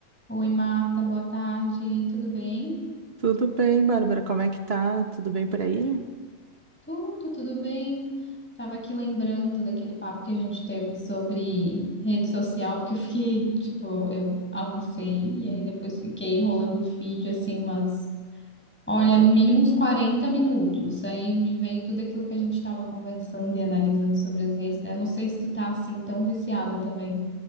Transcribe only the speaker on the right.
Tudo bem, Bárbara? Como é que tá? Tudo bem por aí?